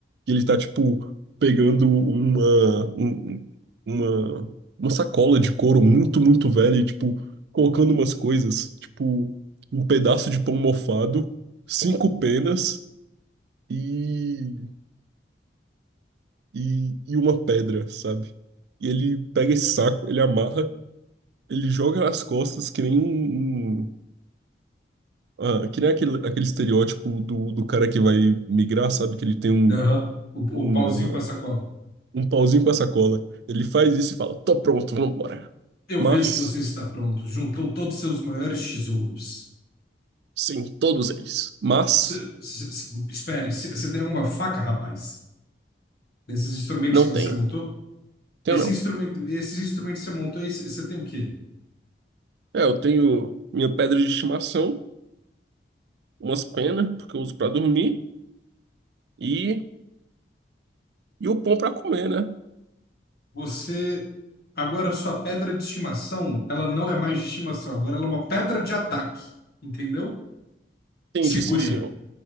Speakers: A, on the right; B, on the left.
A: e ele tá tipo pegando uma um- uma uma sacola de couro muito, muito velha e tipo colocando umas coisas, tipo um pedaço de pão mofado, cinco penas e e, e uma pedra, sabe? E ele pega esse saco, ele amarra, ele joga nas costas, que nem um, um- ah, que nem aquele, aquele estereótipo do, do cara que vai migrar, sabe? Que ele tem um,
B: Aham, O,
A: uma,
B: o pauzinho com a sacola.
A: um pauzinho com a sacola. Ele faz isso e fala: tô pronto, vambora.
B: Eu
A: Mas,
B: vejo que você está pronto. Juntou todos os seus maiores tesouros.
A: sim, todos eles. Mas,
B: Cê- cê- cê- espere, você tem alguma faca, rapaz? Nesses instrumentos
A: não
B: que você
A: tenho.
B: montou?
A: Tenho
B: Esse
A: não.
B: instrumento, esses instrumentos que você montou, aí, c- você tem o quê?
A: É, eu tenho minha pedra de estimação, umas penas, porque eu uso pra dormir, e, e o pão pra comer, né?
B: Você. Agora a sua pedra de estimação, ela não é mais de estimação, agora ela é uma pedra de ataque. Entendeu?
A: Entendi,
B: Segure-a.
A: sim, senhor.